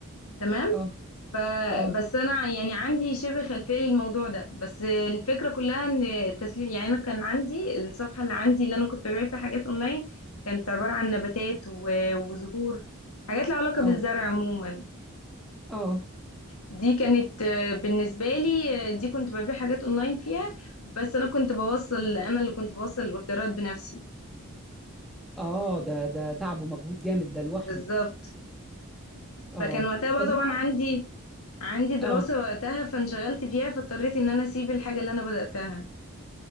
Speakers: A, on the left; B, in the centre.
A: تمام
B: اه
A: فبس
B: اه
A: انا يعني عندي شبه خلفية للموضوع ده بس الفكرة كلها ان التسليم يعني انا كان عندي الصفحة اللي عندي اللي انا كنت ببيع فيها حاجات اونلاين كانت عبارة عن نباتات و- وزهور حاجات لها علاقة
B: اه
A: بالزرع عموما
B: اه
A: دي كانت آه، بالنسبة لي آه، دي كنت ببيع حاجات اونلاين فيها بس انا كنت بوصل انا اللي كنت بوصل الاوردرات بنفسي
B: اه ده ده تعب ومجهود جامد ده لوحده
A: بالظبط
B: اه
A: فكان وقتها بقى
B: طب
A: طبعا
B: ما-
A: عندي عندي دراسة
B: اه
A: وقتها فانشغلت فيها فاضطريت ان انا اسيب الحاجة اللي انا بدأتها